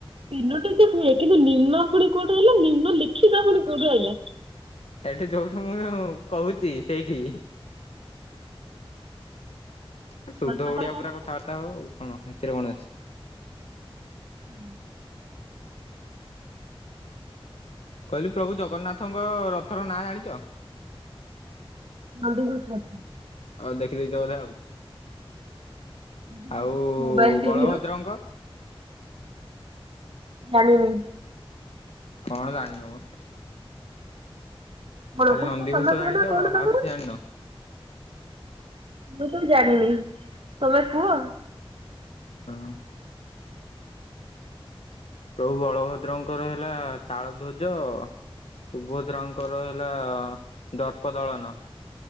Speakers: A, on the right; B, on the left.
A: ତିନୋଟି ତ ହୁଏ କିନ୍ତୁ ନିମ୍ନ ପୁଣି କୋଉଠୁ ଆଇଲା ନିମ୍ନ ଲିଖିତ ପୁଣି କୋଉଠୁ ଆଇଲା?
B: ଏଠି ଯୋଉଠୁ ମୁଁ କହୁଚି ସେଇଠି।
A: ତାପରେ
B: ଏ ଶୁଦ୍ଧ ଓଡ଼ିଆ
A: କଣ
B: ପୁରା
A: କହିଲ
B: କଥାବାର୍ତ୍ତା ହବ ଆଉ କଣ ସେଥିରେ କଣ ଅଛି?
A: ଉଁ।
B: କହିଲି ପ୍ରଭୁ ଜଗନ୍ନାଥଙ୍କ ରଥର ନାଁ ଜାଣିଚ?
A: ନନ୍ଦିଘୋଷ ରଥ।
B: ଅ ଦେଖିଦେଇଚ ବଧେ ଆଉ।
A: ଦେଖିଦେଇଛି
B: ଆଉ
A: ମୋବାଇଲ ଟିଭିରୁ
B: ବଳଭଦ୍ରଙ୍କ?
A: ଜାଣିିନି।
B: କଣ ଜାଣିନ ମ?
A: କଣ
B: ଖାଲି
A: କହୁନ
B: ନନ୍ଦିଘୋଷ
A: ତମେ କହୁନା
B: ଜାଣିଛ
A: କଣ ତାଙ୍କର?
B: ଆଉ କିଛି ଜାଣିନ?
A: ମୁଁ ତ ଜାଣିନି ତମେ କୁହ।
B: ହୁଁ। ପ୍ରଭୁ ବଳଭଦ୍ରଙ୍କର ହେଲା ତାଳଧ୍ୱଜ। ସୁଭଦ୍ରାଙ୍କର ହେଲା ଦର୍ପ ଦଳନ